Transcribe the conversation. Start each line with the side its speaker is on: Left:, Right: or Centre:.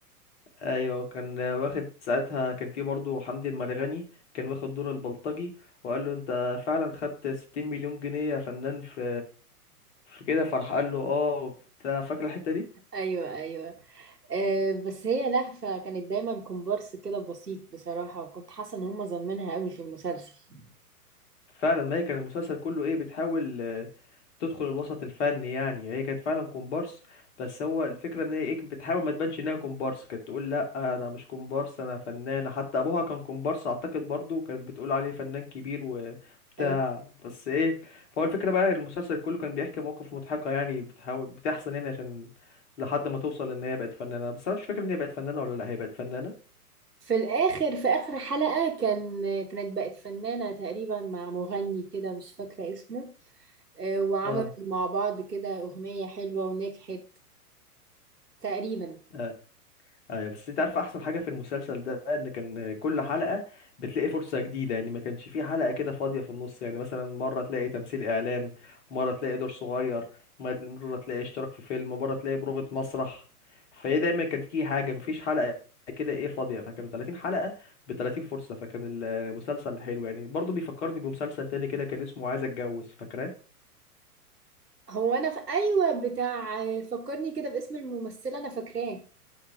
Left: ايوه كان واخد ساعتها كان في برضه حمدي المرغني كان واخد دور البلطجي وقال له انت فعلا خدت 60 مليون جنيه يا فنان في في كده فراح قال له اه وبتاع فاكر الحتة دي
Right: ايوه ايوه أه بس هي لهفة كانت دايما كومبارس كده بسيط بصراحة وكنت حاسة ان هم ظالمينها قوي في المسلسل
Left: فعلا ما هي كان المسلسل كله ايه بتحاول آه، تدخل الوسط الفني يعني هي كانت فعلا كومبارس بس هو الفكرة ان هي ايه بتحاول ما تبانش انها كومبارس كانت تقول لا انا مش كومبارس انا فنانة حتى ابوها كان كومبارس اعتقد برضو كانت بتقول عليه فنان كبير و- وبتاع
Right: أيوة.
Left: بس ايه فهو الفكرة بقى المسلسل كله كان بيحكي مواقف مضحكة يعني بتحاول بتحصل يعني عشان لحد ما توصل ان هي بقت فنانة بس انا مش فاكر ان هي بقت فنانة ولا لا هي بقت فنانة
Right: في الاخر في اخر حلقة كان كانت بقت فنانة تقريبا مع مغني كده مش فاكرة اسمه أه وعملوا
Left: اه
Right: مع بعض كده اغنية حلوة ونجحت تقريبا
Left: آه. ايوه بس انت عارف احسن حاجه في المسلسل ده ان كان كل حلقه بتلاقي فرصه جديده يعني ما كانش فيه حلقه كده فاضيه في النص يعني مثلا مره تلاقي تمثيل اعلان مره تلاقي دور صغير مره تلاقي اشتراك في فيلم مره تلاقي بروفة مسرح فايه دايما كان فيه حاجه مفيش حلقه كده ايه فاضيه فكانوا 30 حلقه ب 30 فرصه فكان المسلسل حلو يعني برضو بيفكرني بمسلسل تاني كده كان اسمه عايز اتجوز فاكراه
Right: هو انا في ايوه بتاع فكرني كده باسم الممثلة انا فاكراه